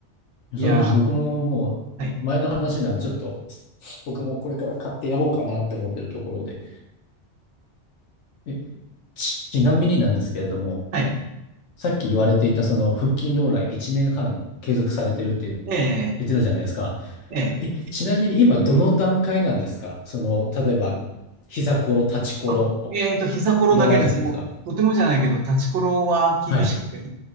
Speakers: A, on the right; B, on the left.
A: いやー、
B: そうですね。僕ももう前の話なんで、
A: はい。
B: ちょっと僕もこれから買ってやろうかなって思ってるところで。え、ち、ちなみになんですけれども、
A: はい。
B: さっき言われていたその腹筋ローラー1年半継続されてるって言っ
A: ええ、
B: てたじゃないですか。
A: ええ。
B: え、ちなみに今どの段階なんですかその、例えば、膝ころ、立ちころ、
A: あ、えーと、膝ころだけです。
B: いろいろあるじゃないですか。
A: もう、とてもじゃないけど、立ちころは厳しくて、
B: はい。